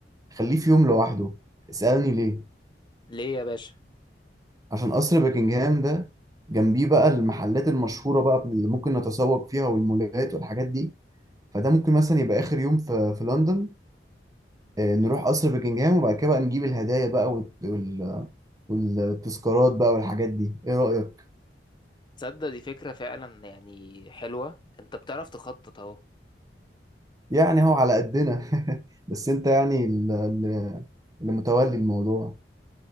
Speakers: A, on the right (about 20°); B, on the left (about 25°).
A: خليه في يوم لوحده اسألني ليه
B: ليه يا باشا
A: عشان قصر بكنجهام ده جنبيه بقى المحلات المشهورة بقى اللي ممكن نتسوق فيها والمولات والحاجات دي فده ممكن مثلا يبقى آخر يوم في, في لندن آه، نروح قصر بكنجهام وبعد كده بقى نجيب الهدايا بقى وال... وال... والتذكارات بقى والحاجات دي ايه رأيك
B: تصدق دي فكرة فعلا يعني حلوة انت بتعرف تخطط اهو
A: يعني هو على قدنا <laughs> بس انت يعني ال- ال- اللي متولي الموضوع